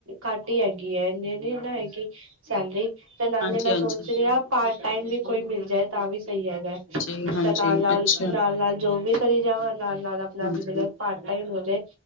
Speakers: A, on the right; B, on the left.
A: ਘੱਟ ਈ ਹੈਗੀ ਐ ਇਨੀ ਨੀ ਨਾ ਹੈਗੀ ਸੈਲਰੀ ਤੇ ਨਾਲੇ
B: ਹਾਂਜੀ
A: ਹੀ ਮੈਂ
B: ਹਾਂਜੀ
A: ਸੋਚ ਰਈ ਆਂ। ਪਾਰਟ ਟਾਈਮ ਵੀ ਕੋਈ ਮਿਲ ਜਾਏ ਤਾਂ ਵੀ ਸਈ ਹੈਗਾ।
B: ਜੀ ਹਾਂਜੀ
A: ਤਾਂ ਨਾਲ-ਨਾਲ
B: ਅੱਛਾ
A: ਨਾਲ ਨਾਲ ਜੋਬ ਵੀ ਕਰੀ ਜਾਵਾਂ ਨਾਲ-ਨਾਲ ਆਪਣਾ
B: ਹਾਂਜੀ
A: ਬਿਜਨੇਸ ਪਾਟ ਟਾਈਮ ਹੋ ਜਾਏ